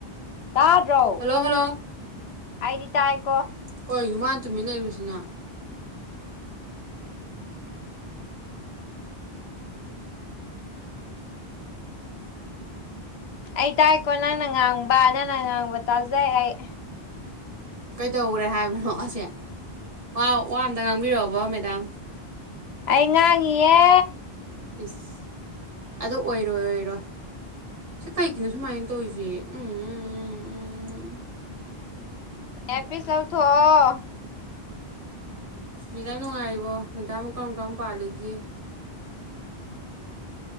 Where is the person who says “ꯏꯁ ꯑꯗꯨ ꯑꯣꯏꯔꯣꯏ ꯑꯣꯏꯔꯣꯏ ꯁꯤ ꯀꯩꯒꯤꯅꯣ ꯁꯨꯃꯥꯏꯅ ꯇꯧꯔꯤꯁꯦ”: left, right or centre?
Right